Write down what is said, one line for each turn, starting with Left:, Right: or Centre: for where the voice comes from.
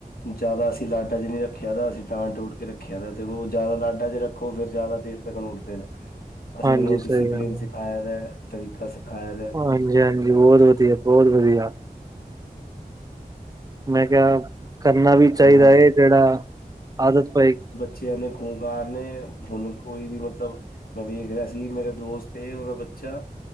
Left: ਜਾਦਾ ਅਸੀਂ ਲਾਡਾਂ 'ਚ ਨੀਂ ਰੱਖੇਆ ਦਾ ਅਸੀਂ ਡਾਂ- ਡੂੰਟ ਕੇ ਰੱਖੇਆ ਦਾ ਤੇ ਓ ਜਾਦਾ ਲਾਡਾਂ 'ਚ ਰੱ ਖੋ ਫੇਰ ਓ ਜਾਦਾ ਦੇਰ ਤੱਕਨ ਉੱਠਦੇ ਨੇ।
Right: <inaudible>
Left: ਅਸੀਂ ਓਨੂੰ
Right: ਸਹੀ
Left: ਡਿਸਪਲਨ
Right: ਗੱਲ
Left: ਸਿਖਾਏਆ ਦਾ ਤਰੀਕਾ ਸਿਖਾਏਆ ਦਾ।
Right: ਹਾਂਜੀ-ਹਾਂਜੀ, ਬੌਤ ਵਦੀਆ-ਬੌਤ ਵਦੀਆ। ਮੈਂ ਕੇਆ ਕਰਨਾ ਵੀ ਚਾਈਦਾ
Left: ਨਾ
Right: ਐ ਜੇੜਾ ਆਦਤ ਪਏਗੀ।
Left: ਚਲੋ ਕੋਈ ਵਾਰ ਨੀ ਸਾਨੂੰ ਕੋਈ ਨੀਂ ਮਤਲਬ ਮੈਂ ਵੇਖ ਰੇਆ ਸੀ, ਮੇਰਾ ਦੋਸਤ ਏ ਓਦਾ ਬੱਚਾ